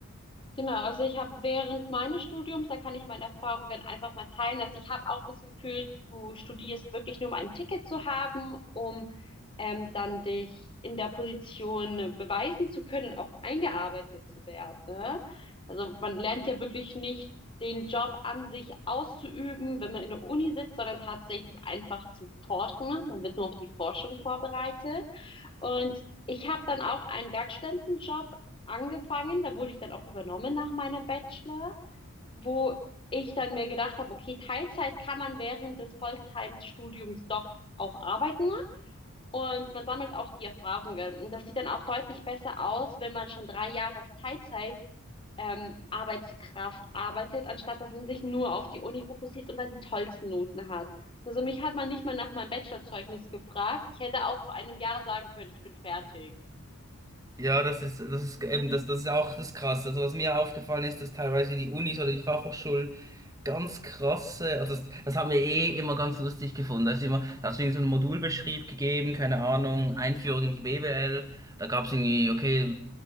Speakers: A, on the left; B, on the right.
A: Genau, also ich habe während meines Studiums, da kann ich meine Erfahrungen einfach mal teilen, dass ich habe auch das Gefühl, du studierst wirklich nur, um ein Ticket zu haben, um ähm, dann dich in der Position beweisen zu können und auch eingearbeitet zu werden. ne? Also man lernt ja wirklich nicht den Job an sich auszuüben, wenn man in der Uni sitzt, sondern tatsächlich einfach zu forschen. Man wird nur auf die Forschung vorbereitet. Und ich habe dann auch einen Werkstudentenjob angefangen. Da wurde ich dann auch übernommen nach meinem Bachelor, wo ich dann mir gedacht habe, okay, Teilzeit kann man während des Volltime-Studiums doch auch arbeiten. Und man sammelt auch die Erfahrungen. Und das sieht dann auch deutlich besser aus, wenn man schon drei Jahre als Teilzeit ähm, Arbeitskraft arbeitet, anstatt dass man sich nur auf die Uni fokussiert und dann die tollsten Noten hat. Also mich hat man nicht mal nach meinem Bachelorzeugnis gefragt. Ich hätte auch vor einem Jahr sagen können, ich bin fertig.
B: Ja, das ist, das ist
A: Genau,
B: eben, das, das ist auch das Krasse. Also was mir aufgefallen ist, dass teilweise die Unis oder die Fachhochschulen ganz krasse, also das, das haben wir eh immer ganz lustig gefunden. Da ist immer, da hast du irgendwie so einen Modulbeschrieb gegeben, keine Ahnung, Einführung in die BWL. Da gab es irgendwie, okay,